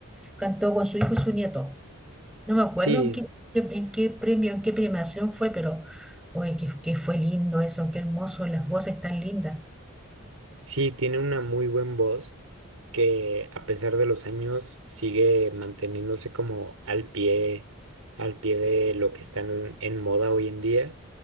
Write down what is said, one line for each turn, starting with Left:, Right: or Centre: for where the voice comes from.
Centre: cantó con su hijo y su nieto. No me acuerdo
Right: Sí,
Centre: en qué, en qué premio, en qué premiación fue, pero oye, que qué fue lindo eso, qué hermoso, las voces tan lindas.
Right: Sí, tiene una muy buen voz que a pesar de los años sigue manteniéndose como al pie, al pie de lo que está en, en moda hoy en día.